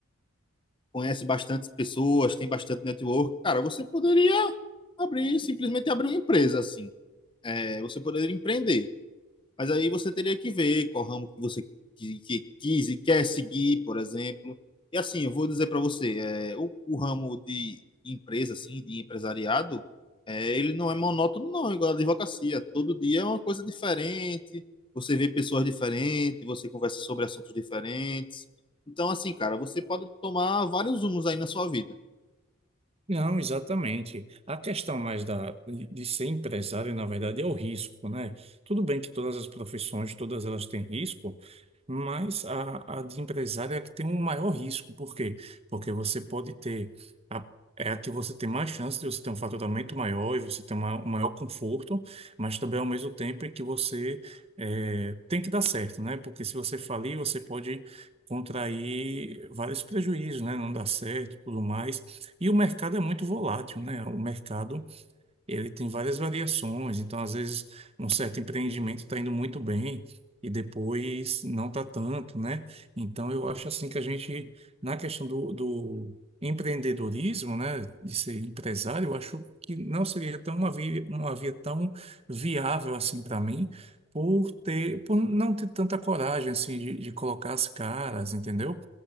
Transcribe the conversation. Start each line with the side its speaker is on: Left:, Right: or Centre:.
Left: conhece bastante pessoas, tem bastante network, cara, você poderia abrir, simplesmente abrir uma empresa assim. É, você poderia empreender. Mas aí você teria que ver qual ramo que você que, que quis e quer seguir, por exemplo. E assim, eu vou dizer para você, é, o, o ramo de empresa, assim, de empresariado, é, ele não é monótono, não, igual a advocacia. Todo dia é uma coisa diferente, você vê pessoas diferentes, você conversa sobre assuntos diferentes. Então, assim, cara, você pode tomar vários rumos aí na sua vida.
Right: Não, exatamente. A questão mais da, de de ser empresário, na verdade, é o risco, né? Tudo bem que todas as profissões, todas elas têm risco, mas a, a de empresário é a que tem um maior risco. Por quê? Porque você pode ter. A, é a que você tem mais chance de você ter um faturamento maior e você ter uma, um maior conforto, mas também ao mesmo tempo é que você é, tem que dar certo, né? Porque se você falir, você pode contrair vários prejuízos, né? Não dar certo, tudo mais. E o mercado é muito volátil, né? O mercado. Ele tem várias variações, então às vezes um certo empreendimento está indo muito bem e depois não está tanto, né? Então eu acho assim que a gente, na questão do, do empreendedorismo, né, de ser empresário, eu acho que não seria tão uma via, uma via tão viável assim para mim, por ter, por não ter tanta coragem assim de, de colocar as caras, entendeu?